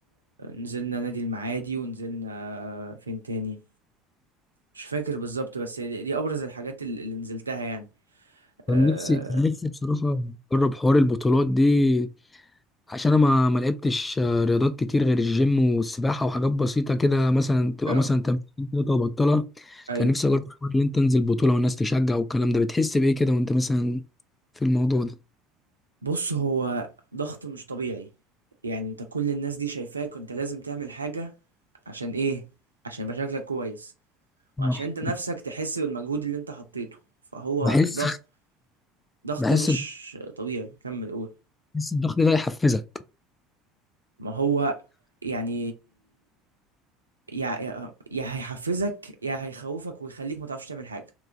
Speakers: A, on the right; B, on the left.
A: نزلنا نادي المعادي ونزلنا فين تاني مش فاكر بالظبط بس دي, دي أبرز الحاجات اللي اللي نزلتها يعني
B: كان
A: اه
B: نفسي كان نفسي بصراحة أجرب حوار البطولات دي عشان انا ما ما لعبتش آه، رياضات كتير غير الجيم والسباحه وحاجات بسيطه كده مثلا تبقى
A: اه
B: مثلا تمرين كده وبطلها
A: ايوه
B: كان نفسي اجرب الحوار اللي انت تنزل بطوله والناس تشجع والكلام ده بتحس بايه كده وانت مثلا في الموضوع ده
A: بص هو ضغط مش طبيعي يعني انت كل الناس دي شايفاك وانت لازم تعمل حاجة عشان ايه عشان يبقى شكلك كويس وعشان
B: صح
A: انت نفسك تحس بالمجهود اللي انت حطيته فهو
B: بحس
A: ضغط ضغط
B: بحس
A: مش طبيعي كمل قول
B: بحس الضغط ده يحفزك
A: ما هو يعني يا يا يا هيحفزك يا هيخوفك ويخليك ما تعرفش تعمل حاجة